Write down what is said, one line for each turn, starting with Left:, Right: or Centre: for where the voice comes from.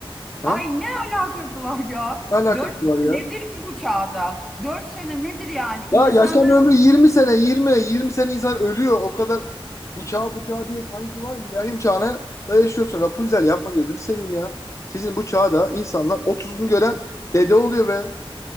Left: Ha?
Centre: Ay ne alakası var ya?
Left: Ne alakası
Centre: Dört sene
Left: var
Centre: nedir
Left: ya?
Centre: ki bu çağda? Dört sene nedir yani? İnsanların
Left: Ya yaşam ömrü 20 sene, yirmi 20 sene insan ölüyor. O kadar bu çağ bu çağ diye sanki var. Milenyum çağına da yaşıyorsun. Rapunzel yapma gözünü seveyim ya. Sizin bu çağda insanlar 30'unu gören dede oluyor be.